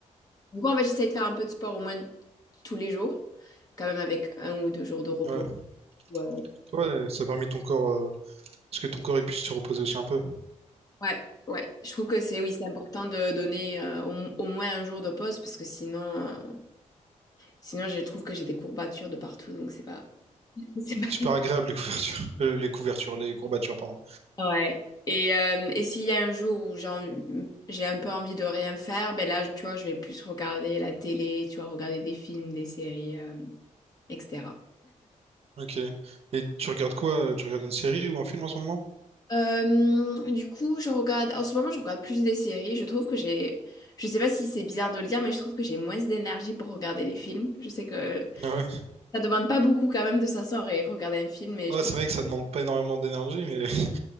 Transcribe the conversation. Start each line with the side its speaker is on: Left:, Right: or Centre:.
Left: Du coup, en fait, j'essaye de faire un peu de sport au moins tous les jours. quand même avec un ou deux jours de repos.
Right: ouais,
Left: Ouais,
Right: ouais, ça a permis ton corps, euh, parce que ton corps il puisse se reposer aussi un peu.
Left: ouais. ouais. Je trouve que c'est oui, c'est important de donner euh, au, au moins un jour de pause parce que sinon, euh, sinon je trouve que j'ai des courbatures de partout, donc c'est pas, <laughs> c'est
Right: C'est
Left: pas...
Right: pas super agréable les couvertures, <laughs> euh, les couvertures, les courbatures, pardon.
Left: Ouais. Et, euh, et s'il y a un jour où j'ai en- j'ai un peu envie de rien faire, ben là, tu vois, je vais plus regarder la télé, tu vois, regarder des films, des séries, euh, etc.
Right: Ok. Et tu regardes quoi? euh, Tu regardes une série ou un film en ce moment?
Left: Euh, du coup, je regarde. En ce moment, je regarde plus des séries. Je trouve que j'ai. Je sais pas si c'est bizarre de le dire, mais je trouve que j'ai moins d'énergie pour regarder les films. Je sais que
Right: Ah ouais.
Left: ça demande pas beaucoup quand même de s'asseoir et regarder un film, mais
Right: Ouais,
Left: je trouve.
Right: c'est vrai que ça demande pas énormément d'énergie, mais. <laughs>